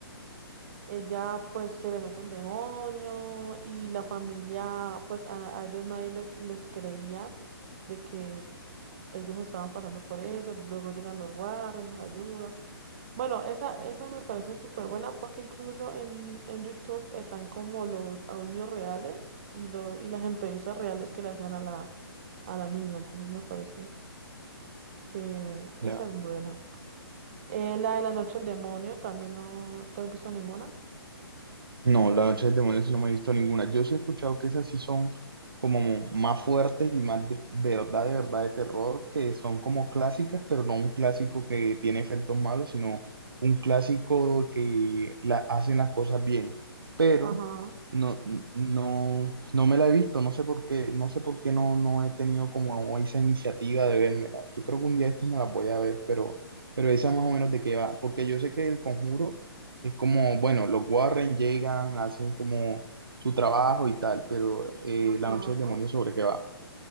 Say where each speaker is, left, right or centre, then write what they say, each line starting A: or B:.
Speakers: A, on the right; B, on the right.
A: ella pues se le mete el demonio y la familia, pues a, a ellos nadie les, les creía de que ellos estaban pasando por eso, luego llegan los guardias, nos ayudan. Bueno, esa, esa me parece súper buena porque incluso en, en YouTube están como los audios reales y, los, y las entrevistas reales que le hacían a la, a la niña, entonces me parece que
B: ya.
A: esa es buena. Eh, la de la noche del demonio, también no, ¿te has visto ninguna?
B: No, la noche del demonio sí no me he visto ninguna. Yo sí he escuchado que esas sí son como mo- más fuertes y más de verdad, de verdad de terror, que son como clásicas, pero no un clásico que tiene efectos malos, sino un clásico que la, hacen las cosas bien. Pero
A: Ajá,
B: no, n- no, no me la he visto, no sé por qué, no sé por qué no, no he tenido como esa iniciativa de vérmela. Yo creo que un día estos me las voy a ver, pero, pero esa más o menos de qué va, porque yo sé que El Conjuro es como, bueno, los Warren llegan, hacen como su trabajo y tal, pero eh,
A: ajá.
B: La Noche del Demonio sobre qué va.